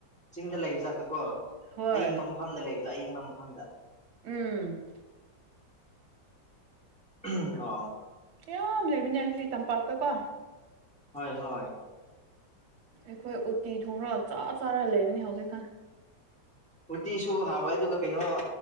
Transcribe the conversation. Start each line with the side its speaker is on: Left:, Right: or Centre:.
Centre: ꯆꯤꯡꯗ ꯂꯩꯕ ꯖꯥꯠꯇꯨ ꯀꯣ
Right: ꯍꯣꯏ
Centre: ꯑꯌꯤꯡꯕ ꯃꯐꯝꯗ ꯂꯩꯕꯗꯣ ꯑꯌꯤꯡꯕ ꯃꯐꯝꯗ
Right: ꯎꯝ
Centre: ꯑ
Right: ꯌꯥꯝꯌꯥꯝ ꯂꯩꯕꯅꯦ ꯁꯤ ꯇꯝꯄꯥꯛꯇꯀꯣ
Centre: ꯍꯣꯏ ꯍꯣꯏ
Right: ꯑꯩꯈꯣꯏ ꯎꯠꯇꯤ ꯊꯣꯡꯔꯒ ꯆꯥ ꯆꯥꯔ ꯂꯩꯕꯅꯤ ꯍꯧꯖꯤꯛꯀꯥꯟ
Centre: ꯎꯇꯤꯁꯨ ꯍꯥꯎꯋꯦ ꯑꯗꯨꯒ ꯀꯩꯅꯣ